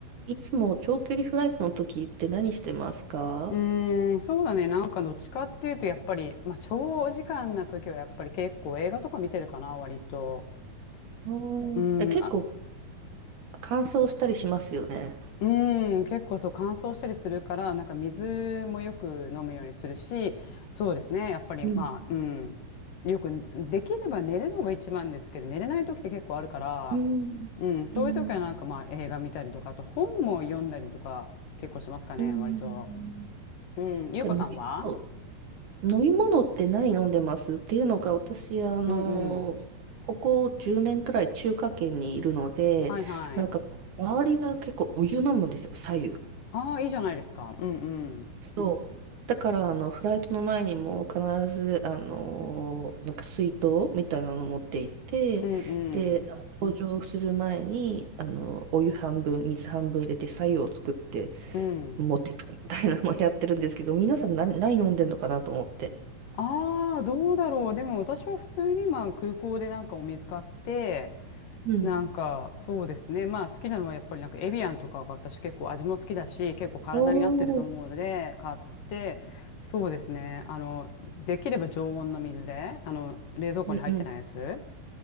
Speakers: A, on the right; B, on the left.
A: いつも長距離フライトの時って何してますか
B: うーん、そうだね。なんかどっちかっていうと、やっぱり、まあ、長時間な時はやっぱり結構映画とか見てるかな、割と。
A: うんえ、
B: うーん、
A: 結構
B: あ、
A: 乾燥したりしますよね。
B: うーん、結構そう乾燥したりするから、なんか水もよく飲むようにするし、そうですね。やっぱり、
A: うん、
B: まあ、うん、よく、できれば寝るのが一番ですけど、寝れない時って結構あるから、
A: うん、
B: うん、そういう時はなんかまあ映画見たりとか、
A: うん、
B: あと本も読んだりとか結構しますかね、
A: うん。
B: 割と。うん、ゆうこさんは
A: か飲み物、飲み物って何飲んでますっていうのが私、あの、
B: うんうん。
A: ここ10年くらい中華圏にいるので、
B: はいはい。
A: なんか周りが結構お湯飲むんですよ、左右。
B: ああ、いいじゃないですか。うんうん。
A: そう。だから、あの、フライトの前にも必ず、あのーなんか水筒みたいなの持って行って、
B: うんうん。
A: で、搭乗する前に、あの、お湯半分、水半分入れて、白湯を作って
B: うん。
A: 持ってくみたいなのをやってるんですけど、皆さん何、何飲んでんのかなと思って。
B: ああ、どうだろう。でも私は普通にまあ空港でなんかお水買って、
A: うん。
B: なんかそうですね。まあ好きなのはやっぱりなんかエビアンとかが私結構味も好きだし、結構体に合ってると思うので、
A: おー
B: 買って、そうですね。あの、できれば常温の水で、あの、冷蔵庫に入ってないやつ。
A: うんうん。